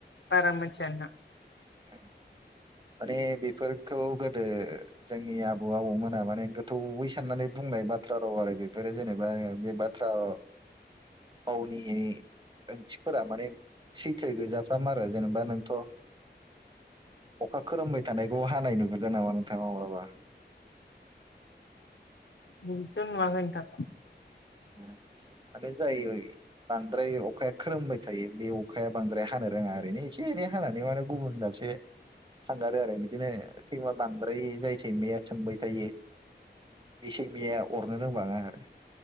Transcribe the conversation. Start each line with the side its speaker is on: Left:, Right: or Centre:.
Left: बारा मिथिया नोंथां।
Right: ओ माने बेफोरखौ गोदो जोंनि आबौ आबौमोना माने गोथौयै साननानै बुंनाय बाथ्रा राव आरो बेफोरो जेनेबा बे बाथ्रा
Left: <inaudible>
Right: फावनि ओंथिफोरा माने सैथो गोजाफ्राम आरो जेनेबा नोंथ' ओ अखा खोरोमबाय थानायखौ हानाय नुफेरदों नामा नोंथाङा माब्लाबा?
Left: बिदिथ' नुवाखै नोंथां
Right: माने जायै बांद्राय अखाया खोरोमबाय थायो बे अखाया बांद्राय हानो रोङा ओरैनो एसे एनै हानानै माने गुबुन दाब से थांगारो आरो बिदिनो सैमा बांद्राय जाय सैमाया सोंबाय थायो बे सैमाया अरनो रोंबाङा आरो